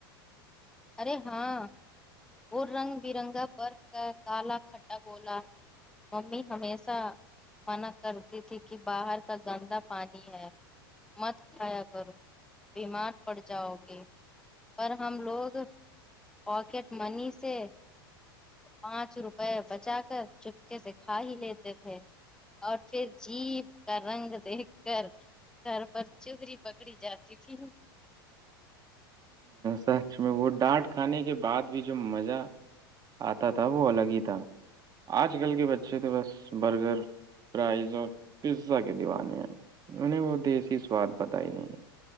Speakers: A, in the centre; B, on the right.
A: ارے ہاں وہ رنگ بھی رنگا پر کالا کھٹا گولا نہیں ہمیشہ سردی تھی کہ باہر کا گندا پانی ہے مت کھایا کرو بیمار پڑ جاؤ گے پر ہم لوگ مارکیٹ منی سے <unintelligible> پانچ روپے بچا کر چپکے سے کھا ہی لیتے تھے اوکے جی کا رنگ دیکھ کر سر پر چغری پکڑی جاتی تھی <unintelligible>
B: سیکس میں وہ ڈانٹ کھانے کے بعد بھی جو مزہ اتا تھا وہ الگ ہی تھا اج کل کے بچے تو بس برگر پرائز اور پزا کے دیوانے ہیں میں نے وہ دیسی سوات پتہ ہی نہیں ہے